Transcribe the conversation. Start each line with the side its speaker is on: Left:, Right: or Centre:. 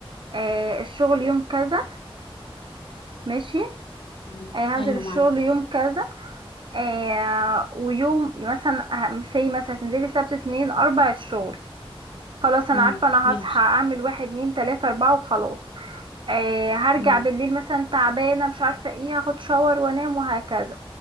Right: آه الشغل يوم كذا ماشي
Left: مم.
Right: آه
Left: ايوه
Right: هنزل الشغل
Left: معاكي
Right: يوم كذا آه ويوم مثلا سي مثلا تنزلي سبت اتنين اربع الشغل خلاص انا
Left: مم.
Right: عارفه انا
Left: ماشي
Right: هصحى اعمل واحد اتنين تلاته اربعه وخلاص آه هرجع
Left: مم.
Right: بالليل مثلا تعبانه مش عارفه ايه هاخد شاور وانام وهكذا